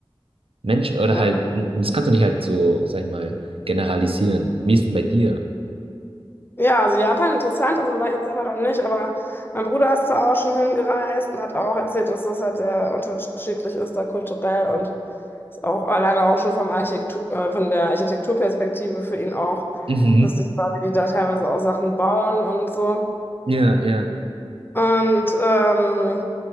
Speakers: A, on the right; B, on the left.
A: Menschen oder
B: ja.
A: halt, das kannst du nicht halt so, sag ich mal, generalisieren. Wie ist denn bei dir?
B: Ja, also Japan interessant, also war ich jetzt selber noch nicht, aber mein Bruder ist da auch schon hingereist und hat auch erzählt, dass das halt sehr unterschiedlich ist da kulturell und ist auch alleine auch schon vom Architektur, äh, von der Architekturperspektive für ihn auch
A: Mhm.
B: lustig war, wie die da teilweise auch Sachen bauen und so.
A: Ja, ja.
B: Und ähm,